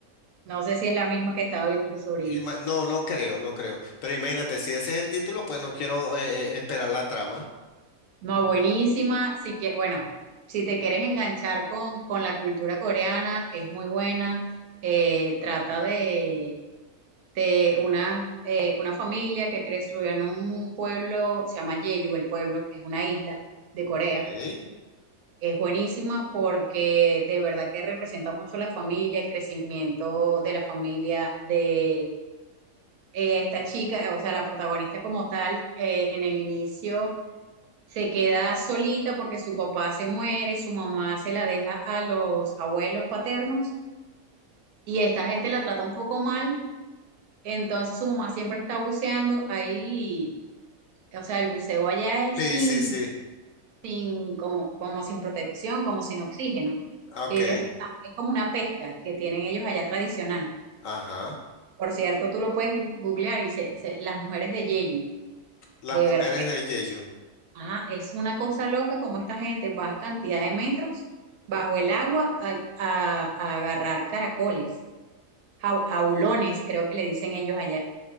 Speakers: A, on the right; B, on the left.
A: No sé si es la misma que estaba viendo tu sobrina.
B: Ima- No, no creo, no creo, pero imagínate, si ese es el título, pues no quiero eh, eh, esperar la trama.
A: No, buenísima. Si que, bueno, si te quieres enganchar con, con la cultura coreana, es muy buena. Eh, trata de, de una, eh, una familia que creció en un pueblo, se llama Jeju, el pueblo, es una isla de Corea
B: Ok.
A: Es buenísima porque de verdad que representa mucho la familia, el crecimiento de la familia, de eh, esta chica, eh, o sea, la protagonista como tal, eh, en el inicio se queda solita porque su papá se muere, su mamá se la deja a los abuelos paternos y esta gente la trata un poco mal, entonces su mamá siempre está buceando ahí, o sea, el buceo allá es
B: Sí,
A: sin
B: sí, sí.
A: sin, como, como sin protección, como sin oxígeno.
B: Ok,
A: Ellos están- es como una pesca que tienen ellos allá tradicional.
B: ajá.
A: Por cierto, tú lo puedes googlear y se- se- las mujeres de Yeyu,
B: Las
A: de
B: mujeres
A: verdad que está-
B: de Yeyo.
A: ah, es una cosa loca como esta gente baja cantidad de metros bajo el agua a, a- a agarrar caracoles, jau- jaulones, creo que le dicen ellos allá.